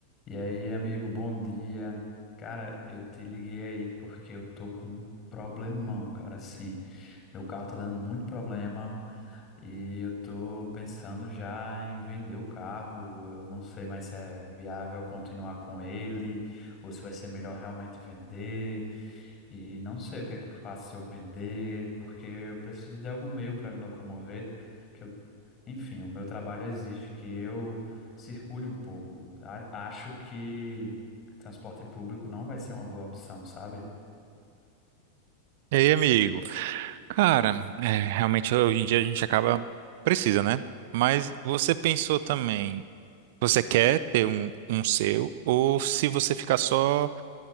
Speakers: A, on the left; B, on the right.
A: E aí, amigo, bom dia. Cara, eu te liguei aí porque eu tô com um problemão, cara. Assim, meu carro tá dando muito problema e eu tô pensando já em vender o carro. Eu não sei mais se é viável continuar com ele ou se vai ser melhor realmente vender. E não sei o que é que eu faço se eu vender, porque eu preciso de algum meio para me locomover. que eu enfim, o meu trabalho exige que eu circule um pouco. A- Acho que transporte público não vai ser uma boa opção, sabe?
B: E aí, amigo? Cara, é, realmente hoje em dia a gente acaba precisa, né? Mas você pensou também, você quer ter um, um seu ou se você ficar só